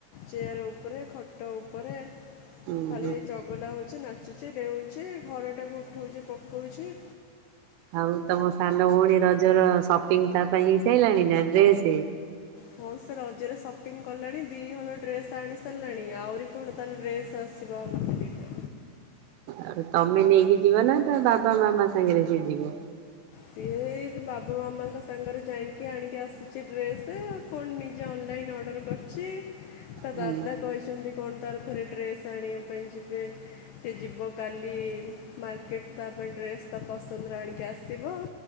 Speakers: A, on the left; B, on the right.
A: ଚେୟାର ଉପରେ ଖଟ ଉପରେ
B: ହୁଁ
A: ଖାଲି ଏଇ ଚଗଲା ହଉଛି ନାଚୁଛି ଡେଉଛି ଘର ଟାକୁ ଉଠଉଛି ପକଉଛି।
B: ଆଉ ତମ ସାନ ଭଉଣୀ ରଜର ସପିଙ୍ଗ ତା ପାଇଁ ହେଇସାଇଲାଣି ନା ଡ୍ରେସ?
A: ହଁ ସେ ରଜରେ ସପିଂ କଲାଣି ଦି ହଲ ଡ୍ରେସ୍ ଆଣି ସାରିଲାଣି ଆହୁରି କଣ ତାର ଡ୍ରେସ୍ ଆସିବା ଆଗରୁ ବିନ୍ଦେଇ ଥାଏ
B: ଆଉ ତମେ ନେଇକି ଯିବ ନା ତା ବାବା ମାମା ସାଙ୍ଗରେ ସିଏ ଯିବ?
A: ସିଏ ଏଇ ପ୍ ସିଏ ବାବା ମାମାଙ୍କ ସାଙ୍ଗରେ ଯାଇକି ଆଣିକି ଆସୁଛି ଡ୍ରେସେ କଣ ନିଜେ ଅନଲାଇନ୍ ଅର୍ଡ଼ର କରି ଛି ତା
B: ହୁଁ
A: ଦାଦା କହିଛନ୍ତି କଣ ତାର ଫରେ ଡ୍ରେସ୍ ଆଣିବା ପାଇଁ ଯିବେ ସିଏ ଯିବ କାଲି ମାର୍କେଟ ତା ପାଇଁ ଡ୍ରେସ୍ ତା ପସନ୍ଦରେ ଆଣିକି ଆସି ଥିବ